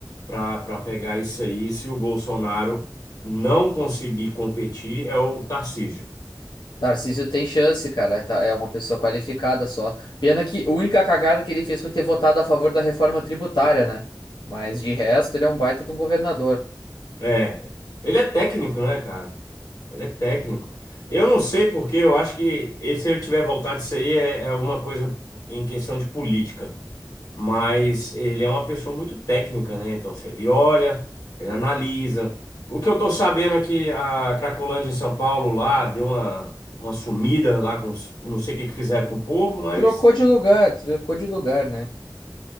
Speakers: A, on the left (about 55°); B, on the left (about 80°).
A: para para pegar isso aí, se o Bolsonaro não conseguir competir, é o Tarcísio.
B: Tarcísio tem chance, cara. É, Tá- É uma pessoa qualificada só. Pena que a única cagada que ele fez foi ter votado a favor da reforma tributária, né? Mas de resto, ele é um baita de um governador.
A: É, ele é técnico, né, cara? Ele é técnico. Eu não sei porque, eu acho que e se ele tiver voltado isso aí é, é alguma coisa em questão de política. mas ele é uma pessoa muito técnica, né? Então, assim, ele olha, ele analisa. O que eu tô sabendo é que a Cracolândia em São Paulo lá deu uma, uma sumida lá com os- não sei o que que fizeram com o povo, mas
B: Trocou de lugar, trocou de lugar, né?